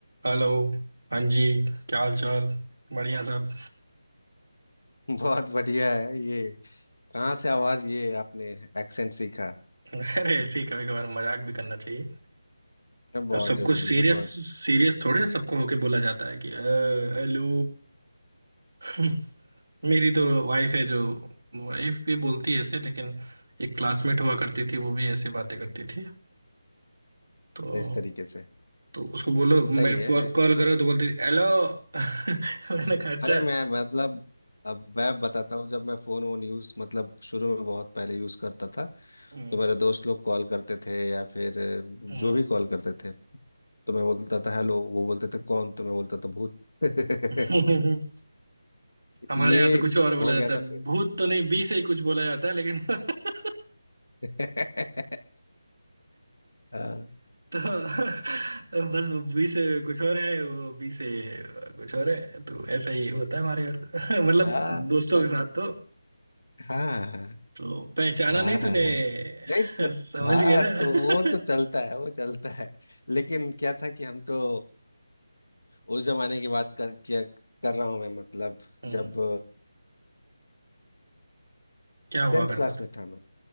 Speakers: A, on the right (about 85°); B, on the left (about 85°).
A: Hello हाँ जी क्या हाल चाल बढ़िया सब
B: <laughs> बहुत बढ़िया है ये कहाँ से आवाज ये आपने एक्सेंट सीखा
A: अरे ऐसे ही कभी कभार मजाक भी करना चाहिए
B: ये बहुत
A: अब सब
B: जरूरी
A: कुछ सीरियस
B: है बहुत
A: सीरियस थोड़े सबको होके बोला जाता है कि "अ, हेलो <laughs> मेरी तो वाइफ है जो वाइफ भी बोलती है ऐसे लेकिन एक क्लासमेट हुआ करती थी वो भी ऐसे बातें करती थी तो
B: इस तरीके से
A: तो उसको बोलो
B: सही
A: मैं
B: है
A: कॉल करो तो बोलती थी हेलो <laughs> मैंने कहा अच्छा
B: अरे मैं मतलब अब मैं बताता हूँ जब मैं फोन वोन यूज मतलब शुरू में बहुत पहले यूज करता था
A: हम्म
B: तो मेरे दोस्त लोग कॉल करते थे या फिर अ,
A: हम्म
B: जो भी कॉल करते थे तो मैं बोलता था हेलो वो बोलते थे कौन तो मैं बोलता था भूत <laughs>
A: हम्म <laughs> हमारे
B: ये
A: यहाँ तो कुछ और बोला
B: हो
A: जाता
B: गया था
A: है
B: फिर
A: भूत तो नहीं बी से ही कुछ बोला जाता है लेकिन <laughs>
B: <laughs> हाँ
A: तो बस वो बी से कुछ और है वो बी से कुछ और है तो ऐसा ही होता है हमारे घर तो <laughs> मतलब
B: हाँ, अच्छा
A: दोस्तों के
B: अच्छा
A: साथ तो
B: हाँ हाँ हाँ।
A: तो पहचाना
B: हाँ
A: नहीं
B: हाँ
A: तूने
B: हाँ नहीं
A: <laughs>
B: तो
A: समझ
B: हाँ
A: गए ना
B: तो वो तो
A: <laughs>
B: चलता है वो चलता है लेकिन क्या था कि हम तो उस जमाने की बात कर किया कर रहा हूँ मैं मतलब
A: हम्म,
B: जब
A: क्या हुआ
B: टेंथ
A: करता
B: क्लास
A: था
B: में था मैं